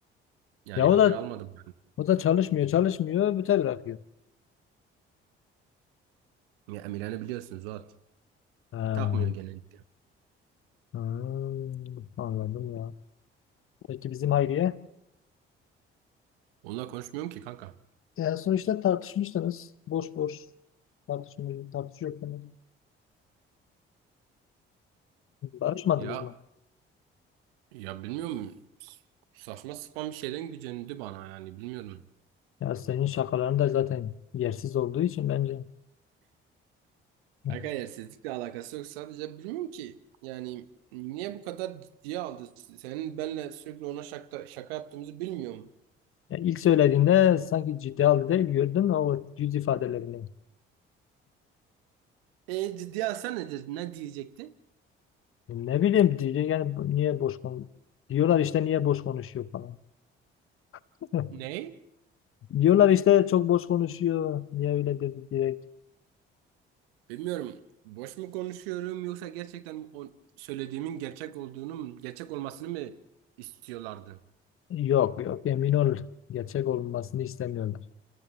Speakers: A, on the right; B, on the left.
A: Yani
B: Ya o
A: haber
B: da
A: almadım ben.
B: o da çalışmıyor çalışmıyor büte bırakıyor.
A: Ya Miran'ı biliyorsun Zuhat.
B: Ha.
A: Takmıyor genellikle.
B: Hmm, anladım ya. Peki bizim Hayriye?
A: Onunla konuşmuyorum ki kanka.
B: En son işte tartışmıştınız. Boş boş tartışmıyor, tartışıyordunuz. Barışmadınız
A: Ya
B: mı?
A: Ya bilmiyorum saçma sapan bir şeyden gücenildi bana yani bilmiyorum.
B: Ya senin şakaların da zaten yersiz olduğu için bence. <laughs>
A: Aga yersizlikle alakası yok sadece bilmiyorum ki yani niye bu kadar ciddiye aldı? Senin benle sürekli ona şaka, şaka yaptığımızı bilmiyorum.
B: Ya ilk söylediğinde sanki ciddi halde değil gördüm o yüz ifadelerini.
A: E ciddiye alsa nedir? Ne diyecekti?
B: Ne bileyim diyecek yani bu- niye boş kon diyorlar işte niye boş konuşuyor falan. <laughs>
A: Ne?
B: Diyorlar işte çok boş konuşuyor. Niye öyle dedi direkt.
A: Bilmiyorum. Boş mu konuşuyorum yoksa gerçekten o söylediğimin gerçek olduğunu mu, gerçek olmasını mı istiyorlardı?
B: Yok yok emin ol gerçek olmasını istemiyorlar.